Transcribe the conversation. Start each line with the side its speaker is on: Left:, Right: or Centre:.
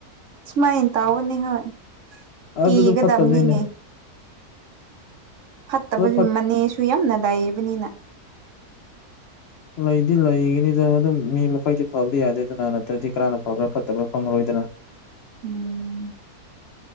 Right: ꯁꯨꯃꯥꯏꯅ ꯇꯧꯕꯅꯦ ꯍꯣꯏ ꯀꯤꯒꯗꯕꯅꯤꯅꯦ
Left: ꯑꯗꯨꯗꯣ ꯐꯠꯇꯕꯅꯤꯅꯦ
Right: ꯐꯠꯇꯕꯁꯨ
Left: ꯑꯗꯣ ꯐꯠ
Right: ꯃꯅꯦ ꯁꯨ ꯌꯥꯝꯅ ꯂꯩꯕꯅꯤꯅ
Left: ꯂꯩꯗꯤ ꯂꯩꯒꯅꯤꯗ ꯑꯗꯨꯝ ꯃꯤ ꯃꯈꯩꯗꯤ ꯐꯕꯗꯤ ꯌꯥꯗꯦꯗꯅ ꯅꯠꯇ꯭ꯔꯗꯤ ꯀꯅꯥꯅ ꯐꯕ꯭ꯔꯥ ꯐꯠꯇꯕꯅꯣ ꯈꯪꯉꯔꯣꯏꯗꯅ
Right: ꯎꯝ